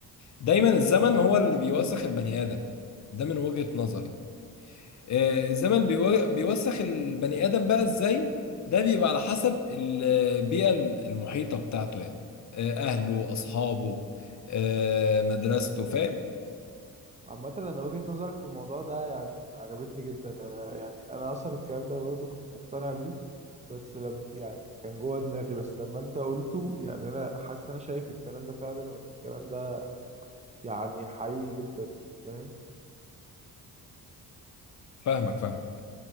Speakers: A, on the left; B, on the right.
A: دايما الزمن هو اللي بيوسخ البني آدم ده من وجهة نظري آه، الزمن بيو- بيوسخ البني آدم بقى ازاي ده بيبقى على حسب البيئة المحيطة بتاعته يعني آه، أهله أصحابه آه، مدرسته فاهم
B: عامة أنا وجهة نظرك في الموضوع ده يعني عجبتني جدا أنا يعني أنا أصلا الكلام ده برضو كنت مقتنع بيه بس لم يعني كان جوه دماغي بس لما أنت قلته يعني أنا حاسس إن أنا شايف الكلام ده فعلا وإن الكلام ده يعني حقيقي جدا فاهم
A: فاهمك فاهمك